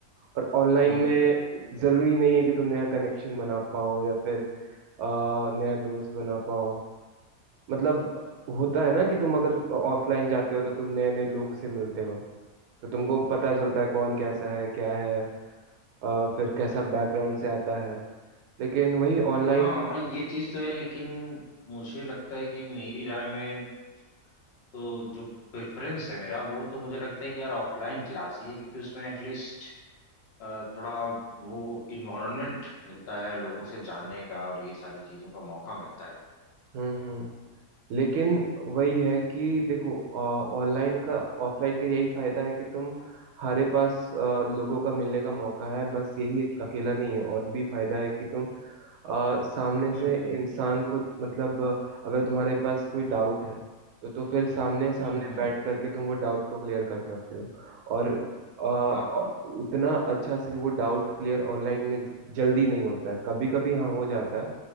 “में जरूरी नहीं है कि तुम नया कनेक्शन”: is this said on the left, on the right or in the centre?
Right